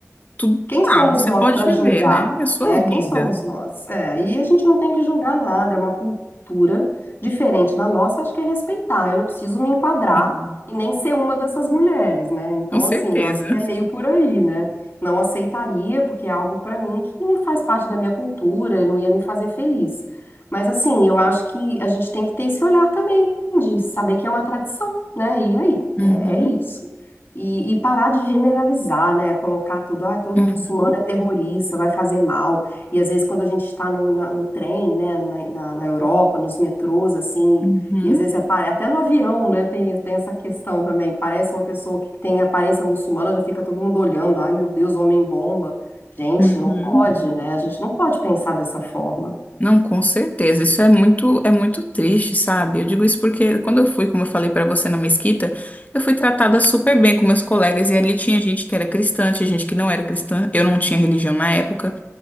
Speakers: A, on the left; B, on the left.
A: tudo
B: Quem somos
A: lá, você
B: nós
A: pode
B: para
A: viver,
B: julgar,
A: né? É sua
B: né? Quem
A: vida,
B: somos nós? É, e a gente não tem que julgar nada, é uma cultura diferente da nossa, acho que é respeitar. Eu não preciso me enquadrar
A: Sim,
B: e nem ser uma dessas mulheres, né? Então,
A: com certeza.
B: assim, eu acho que é meio por aí, né? Não aceitaria, porque é algo para mim que não faz parte da minha cultura, não ia me fazer feliz. Mas, assim, eu acho que a gente tem que ter esse olhar também, de saber que é uma tradição, né? E aí,
A: Uhum,
B: é é isso. E, e parar de generalizar, né? Colocar tudo, ah, todo
A: uhum,
B: muçulmano é terrorista, vai fazer mal. E às vezes quando a gente está no, na- no trem, né, na, na, na Europa, nos metrôs, assim,
A: uhum,
B: e às vezes apare... até no avião, né, tem, tem essa questão também. Parece uma pessoa que tem aparência muçulmana, já fica todo mundo olhando, ai meu Deus, homem bomba. Gente,
A: uhum.
B: não pode, né? A gente não pode pensar dessa forma.
A: Não, com certeza. Isso é muito, é muito triste, sabe? Eu digo isso porque quando eu fui, como eu falei pra você na mesquita, eu fui tratada super bem com meus colegas e ali tinha gente que era cristã, tinha gente que não era cristã. Eu não tinha religião na época.